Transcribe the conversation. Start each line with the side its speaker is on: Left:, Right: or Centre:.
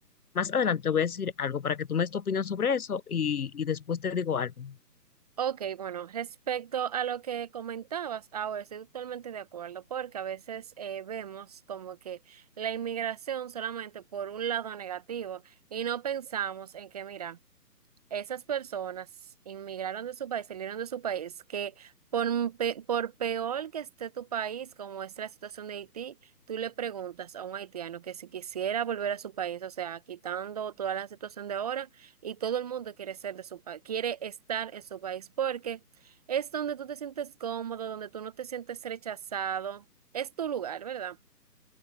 Left: Más adelante te voy a decir algo para que tú me des tu opinión sobre eso y, y después te digo algo.
Right: Ok, bueno, respecto a lo que comentabas, ahora estoy totalmente de acuerdo, porque a veces eh, vemos como que la inmigración solamente por un lado negativo y no pensamos en que, mira, esas personas inmigraron de su país, salieron de su país, que por, pe- por peor que esté tu país, como es la situación de Haití, tú le preguntas a un haitiano que si quisiera volver a su país, o sea, quitando toda la situación de ahora, y todo el mundo quiere ser de su país, quiere estar en su país, porque es donde tú te sientes cómodo, donde tú no te sientes rechazado, es tu lugar, ¿verdad?